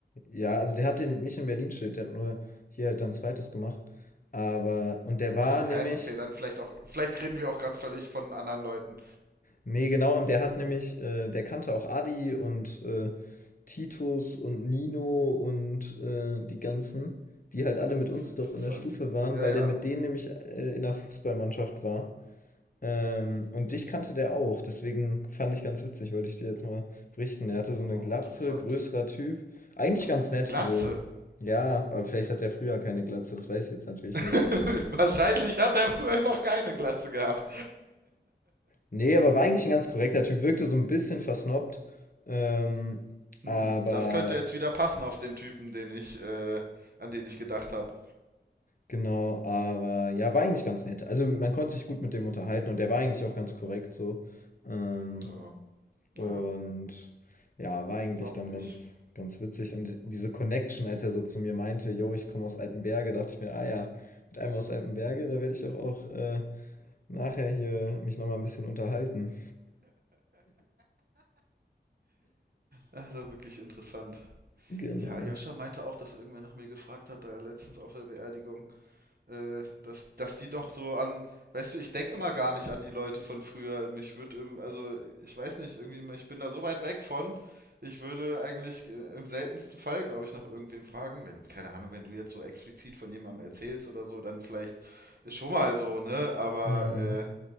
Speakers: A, on the left; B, on the right.
A: Ja, also der hat den nicht in Berlin studiert, der hat nur hier halt dann zweites gemacht. Aber, und der war
B: Ach so,
A: nämlich,
B: hä? Okay, dann vielleicht auch, vielleicht reden wir auch gerade völlig von anderen Leuten.
A: nee, genau, und der hat nämlich, äh, der kannte auch Adi und äh, Titus und Nino und äh, die ganzen, die halt alle mit
B: Das
A: uns
B: ist ja interessant.
A: doch in der Stufe waren,
B: Ja,
A: weil
B: ja.
A: der mit denen nämlich äh, in der Fußballmannschaft war. Ähm, und dich kannte der auch, deswegen fand ich ganz witzig, wollte ich dir jetzt mal berichten. Er hatte so
B: Wow,
A: eine Glatze,
B: interessant.
A: größerer Typ. Eigentlich ganz
B: Eine
A: nett,
B: Glatze.
A: so. Ja, aber vielleicht hat er früher keine Glatze, das weiß ich jetzt natürlich
B: <laughs>
A: nicht.
B: Wahrscheinlich hat er früher noch keine Glatze gehabt.
A: Nee, aber war eigentlich ein ganz korrekter Typ, wirkte so ein bisschen versnobbt. Ähm,
B: Hm,
A: aber,
B: das könnte jetzt wieder passen auf den Typen, den ich, äh, an den ich gedacht habe.
A: genau, aber ja, war eigentlich ganz nett. Also man konnte sich gut mit dem unterhalten und der war eigentlich auch ganz korrekt so. Ähm,
B: Ja, naja,
A: Und ja, war eigentlich
B: warum
A: dann
B: nicht?
A: ganz,
B: <laughs>
A: ganz witzig. Und diese Connection, als er so zu mir meinte, yo, ich komme aus Altenberge, dachte ich mir, ah ja, mit einem aus Altenberge, da werde ich doch auch äh, nachher hier mich nochmal ein bisschen unterhalten.
B: Also wirklich interessant.
A: Genau.
B: Ja, Joscha meinte auch, dass irgendwer nach mir gefragt hat, da letztens auf der Beerdigung, äh, dass, dass die noch so an, weißt du, ich denke immer gar nicht an die Leute von früher. Mich würde, also ich weiß nicht, irgendwie, ich bin da so weit weg von. Ich würde eigentlich äh, im seltensten Fall, glaube ich, nach irgendwem fragen. Wenn, keine Ahnung, wenn du jetzt so explizit von jemandem erzählst oder so, dann vielleicht ist schon mal so, ne? Aber
A: Mhm.
B: äh,